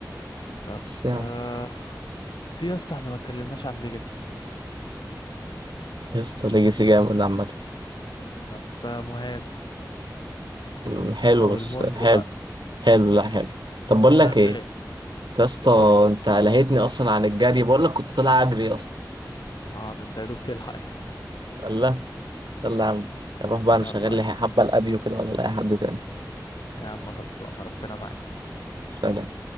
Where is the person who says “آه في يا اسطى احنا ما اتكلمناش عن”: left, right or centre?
Left